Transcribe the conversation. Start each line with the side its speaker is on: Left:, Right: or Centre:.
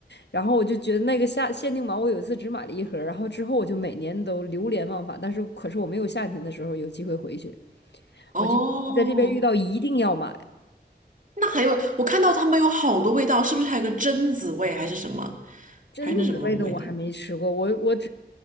Left: 然后我就觉得那个夏限定版，我有一次只买了一盒，然后之后我就每年都流连忘返。但是可是我没有夏天的时候有机会回去，
Right: 哦，
Left: 我就在这边遇到一定要买。
Right: 那还有，我看到他们有好多味道，是不是还有个榛子味，还是什么，
Left: 榛子味的我还没吃过，
Right: 还是什么味道？
Left: 我我只